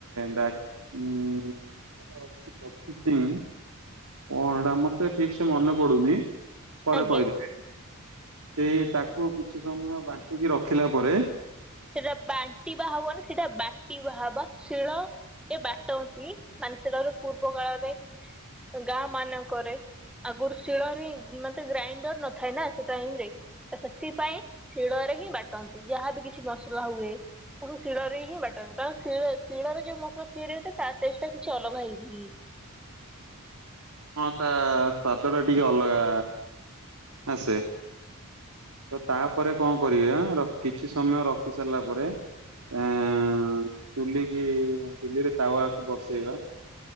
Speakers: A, on the right; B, in the centre.
A: ବ୍ୟାକ୍ ଉମ୍ <unintelligible> ସିଂ କଣ ହେଇଟା ମତେ ଠିକସେ ମନେ ପଡୁନି ପରେ
B: ଆଜ୍ଞା
A: କହିଦେବି। ସେଇ ତାକୁ କିଛି ସମୟ ବାଣ୍ଟିକି ରଖିଲା ପରେ
B: ସେଇଟା ବାଣ୍ଟିବା ହବନି, ସେଇଟା ବାଟିବା ହବା। ଶିଳ ଏ ବାଟନ୍ତି ମାନତିରରୁ ପୂର୍ବ କାଳରେ, ଗାଁମାନଙ୍କରେ ଆଗୁରୁ ଶିଳରେ ହିଁ ମାନେ ତ ଗ୍ରାଇଣ୍ଡର ନଥାଏ ନା, ସେ ଟାଇମରେ ତ ସେଥିପାଇଁ, ଶିଳରେ ହିଁ ବାଟନ୍ତି। ଯାହାବି କିଛି ମସ ସଲା ହୁଏ, ତାକୁ ଶିଳରେ ହିଁ ବାଟନ୍ କାରଣ ଶିଳ-ଶିଳରେ ଯୋଉ ମସଲା ତିଆରି ହୋଇଥାଏ, ତା ଟେଷ୍ଟଟା କିଛି ଅଲଗା ହେଇକି
A: ହଁ, ତା ସ୍ଵାଦଟା ଟିକେ ଅଲଗା ଆସେ। ତ ତାପରେ କଅଁ କରିଆ, ର କିଛି ସମୟ ରଖି ସାରିଲା ପରେ ଏଁ ଚୁଲିକିି, ଚୁଲିରେ ତାୱାକୁ ବସେଇବା